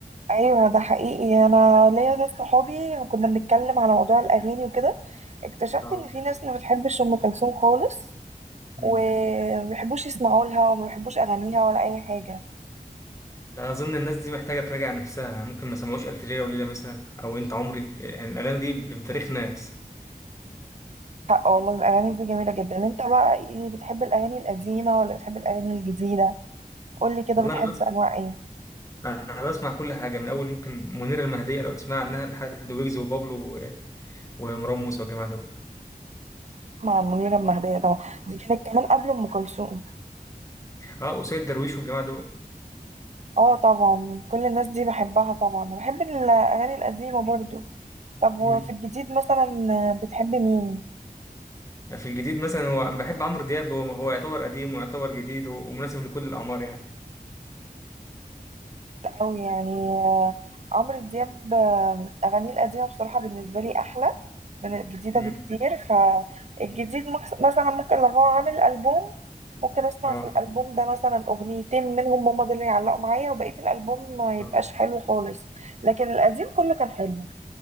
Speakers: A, on the right; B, on the left.
A: ايوه ده حقيقي انا ليا ناس صحابي كنا بنتكلم على موضوع الاغاني وكده اكتشفت
B: اه
A: ان في ناس ما بتحبش ام كلثوم خالص
B: مم.
A: وما بيحبوش يسمعوا لها وما بيحبوش اغانيها ولا اي حاجة
B: لا اظن الناس دي محتاجة تراجع نفسها ممكن ما سمعوش الف ليلة وليلة مثلا او انت عمري يعني الاغاني دي بتاريخ ناس
A: حق والله الاغاني دي جميلة جدا انت بقى ايه بتحب الاغاني القديمة ولا بتحب الاغاني الجديدة قولي كده
B: والله
A: بتحب
B: انا بس
A: انواع ايه
B: انا بسمع كل حاجة من اول ممكن منيرة المهدية لو تسمع عنها لحد ويجز وبابلو و- ومروان موسى والجماعة دول
A: مع منيرة المهدية طبعا دي كانت كمان قبل أم كلثوم
B: اه وسيد درويش والجماعة دول
A: اه طبعا كل الناس دي بحبها طبعا وبحب الأغاني القديمة برضو طب وفي
B: مم.
A: الجديد مثلا بتحب مين
B: في الجديد مثلا هو بحب عمرو دياب هو, هو يعتبر قديم ويعتبر جديد و- ومناسب لكل الأعمار يعني
A: أوي يعني آه، عمرو دياب آه، أغانيه القديمة بصراحة بالنسبة لي أحلى من الجديدة
B: امم
A: بكتير فالجديد
B: أمم.
A: مخ- مثلا ممكن لو هو عامل ألبوم ممكن أسمع
B: اه
A: في الألبوم ده مثلا أغنيتين منهم هما دول اللي يعلقوا معايا وبقية الألبوم ما
B: آه.
A: يبقاش حلو خالص لكن القديم كله كان حلو